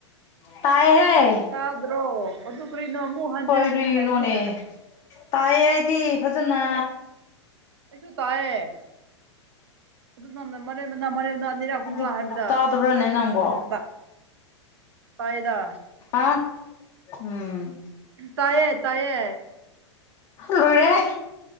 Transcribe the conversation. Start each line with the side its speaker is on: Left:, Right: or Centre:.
Left: ꯇꯥꯏꯌꯦꯍꯦ!
Right: ꯇꯥꯗ꯭ꯔꯣ ꯑꯗꯨ ꯀꯔꯤꯅꯣ ꯑꯃꯨꯛ ꯍꯟꯖꯤꯟ
Left: ꯀꯔꯤꯅꯣꯅꯦ
Right: ꯍꯟꯖꯤꯟ ꯍꯥꯏꯁꯦ ꯌꯥꯔꯦ
Left: ꯇꯥꯏꯌꯦ ꯑꯩꯗꯤ ꯐꯖꯅ꯫
Right: ꯑꯩꯁꯨ ꯇꯥꯏꯌꯦ ꯑꯗꯨꯅ <unintelligible> ꯑꯅꯤꯔꯛ ꯑꯍꯨꯝꯂꯥ
Left: ꯑꯗꯨ
Right: ꯍꯥꯏꯕꯗ
Left: ꯇꯥꯗꯕ꯭ꯔꯅꯦ
Right: ꯍꯥꯏꯅ
Left: ꯅꯪꯕꯣ
Right: ꯈꯟꯕ꯫ ꯇꯥꯏꯌꯦꯗ
Left: ꯑꯥ ꯎꯝ
Right: ꯇꯥꯏꯌꯦ ꯇꯥꯏꯌꯦ
Left: ꯂꯣꯏꯔꯦ